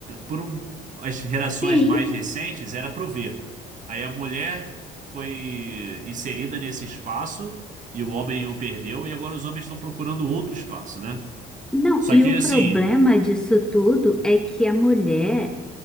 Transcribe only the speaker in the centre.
sim.
Não,
e
o
problema disso tudo é que a mulher